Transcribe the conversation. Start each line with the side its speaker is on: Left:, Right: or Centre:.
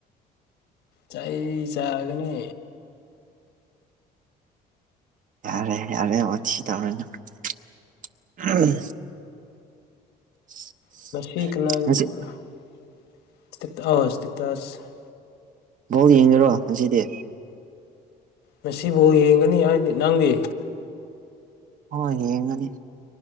Left: ꯆꯩ ꯆꯥꯒꯅꯤ
Right: ꯌꯥꯔꯦ ꯌꯥꯔꯦ ꯋꯥꯊꯤ ꯇꯧꯔꯅꯨ ꯎꯝ <inaudible>
Left: <unintelligible>
Right: ꯉꯁꯤ ꯕꯣꯜ ꯌꯦꯡꯉꯤꯔꯣ ꯉꯁꯤꯗꯤ
Left: ꯃꯁꯤꯕꯨ ꯌꯦꯡꯒꯅꯤ ꯍꯥꯏꯗꯤ ꯅꯪꯗꯤ
Right: ꯑꯣ ꯌꯦꯡꯉꯅꯤ